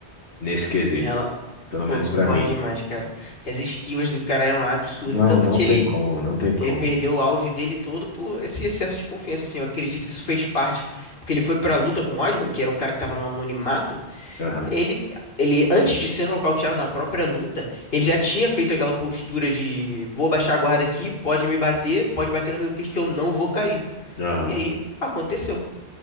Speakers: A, on the left; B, on the left.
A: nesse quesito.
B: E ela-
A: Pelo
B: pô,
A: menos
B: concordo
A: pra mim.
B: demais, cara. E As esquivas do cara eram absurdas.
A: Não,
B: Tanto
A: não
B: que
A: tem
B: ele,
A: como, não tem como.
B: ele perdeu o auge dele todo por esse excesso de confiança, assim. Eu acredito que isso fez parte. Porque ele foi pra luta com o Weidman, que era um cara que tava no anonimato.
A: Aham,
B: Ele, ele, antes de ser nocauteado na própria luta, ele já tinha feito aquela postura de vou baixar a guarda aqui, pode me bater, pode bater no meu queixo que eu não vou cair.
A: aham.
B: E aí, aconteceu.